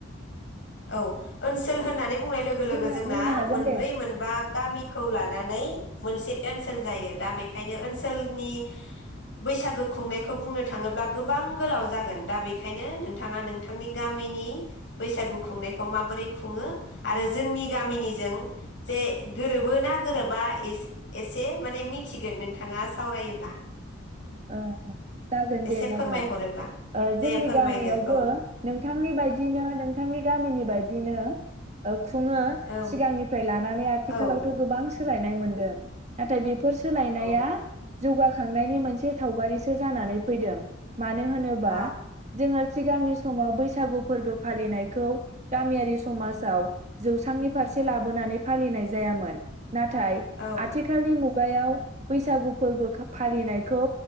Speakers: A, on the left (about 65°); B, on the right (about 35°).
A: औ ओनसोल होननानै बुंनाय लोगो लोगो
B: बुंनो
A: जोंना
B: बुंनो हागोन
A: मोनब्रै
B: दे
A: मोनबा गामि खौ लानानै मोनसे ओनसोल जायो दा बेखायनो ओनसोलनि बैसागु खुंनायखौ बुंनो थाङोब्ला गोबां गोलाव जागोन दा बेखायनो नोंथाङा नोंथांनि गामिनि बैसागु खुंनायखौ माबोरै खुङो आरो जोंनि गामिनिजों जे गोरोबो ना गोरोबा एसे एसे माने मिथिगोन नोंथाङा सावरायोब्ला।
B: ओ ओ जागोन
A: एसे
B: दे जागोन
A: फोरमायहरोब्ला
B: ओ
A: दे
B: जोंनि
A: फोरमायदो
B: गामियावबो
A: औ
B: नोंथांनि बायदिनो नोंथांनि गामिनि बायदिनो ओ खुत खुङो
A: औ
B: सिगांनिफ्राय लानानै आथिखालावथ'
A: औ
B: गोबां सोलायनाय मोनदों। नाथाय बेफोर सोलायनाया
A: औ
B: जौगाखांनायनि मोनसे सावगारिसो जानानै फैदों। मानो होनोबा
A: अ
B: जोङो सिगांनि समाव बैसागु फोरबो फालिनायखौ गामियारि समाजाव जौसांनि फारसे लाबोनानै फालिनाय जायामोन। नाथाय
A: औ
B: आथिखालनि मु खुगायाव बैसागु फोरबो फालिनायखौ